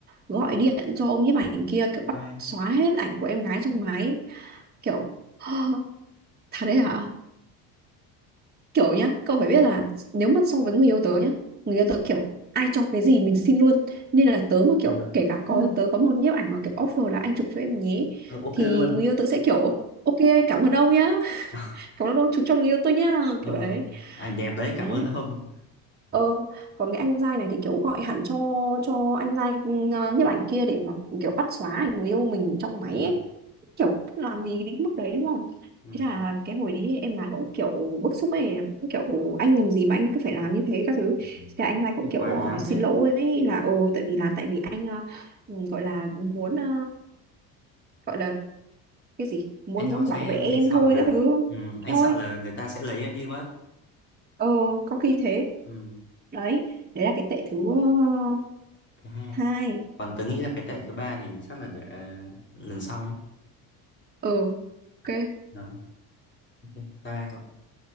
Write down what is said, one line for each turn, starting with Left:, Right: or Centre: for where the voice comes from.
Right: gọi điện cho ông nhiếp ảnh kia kiểu bắt
Left: bye
Right: xóa hết ảnh của em gái trong máy kiểu <gasps> Thật đấy hả? Kiểu nhá, cậu phải biết là nếu mà so với người yêu tớ nhá, người yêu tớ kiểu ai cho cái gì mình xin luôn. Nên là tớ mà kiểu
Left: ừ.
Right: kể cả có
Left: <laughs>
Right: tớ có một nhiếp ảnh mà kiểu offer là anh chụp cho em nhé
Left: Ờ, ok
Right: thì
Left: luôn
Right: người yêu tớ sẽ kiểu ok cảm ơn ông nhá
Left: <laughs>
Right: cảm ơn ông chú cho người yêu tôi nhá
Left: ờ
Right: kiểu đấy
Left: ảnh đẹp đấy
Right: má
Left: cảm ơn ông
Right: ờ còn cái anh giai này thì kiểu gọi hẳn cho cho anh giai ừ, nhiếp ảnh kia để mà kiểu bắt xóa ảnh người yêu mình trong máy
Left: ừ.
Right: ấy. kiểu làm gì đến mức đấy đúng không
Left: Ừ.
Right: thế là cái hồi đấy em gái cũng kiểu bức xúc ấy cũng kiểu anh làm gì mà anh cứ phải làm như thế các thứ thế
Left: Ừ.
Right: là anh giai cũng kiểu
Left: quá
Right: ờ,
Left: đáng
Right: xin
Left: thế
Right: lỗi ấy, là ừ tại vì là tại vì anh ờ, ừ, gọi là muốn ờ, gọi là cái gì muốn
Left: anh lo
Right: muốn
Left: cho
Right: bảo
Left: em
Right: vệ em
Left: anh sợ
Right: thôi
Left: là
Right: các thứ
Left: ừ. anh
Right: Eo
Left: sợ
Right: ơi
Left: là người ta sẽ lấy em đi mất
Right: ờ có khi thế
Left: ừ.
Right: đấy đấy là cái tệ thứ ờ,
Left: thứ hai
Right: hai
Left: còn tớ nghĩ là cái tệ thứ ba thì chắc là để ờ, lần sau nhé
Right: ờ ok
Left: đó ok bye bye cậu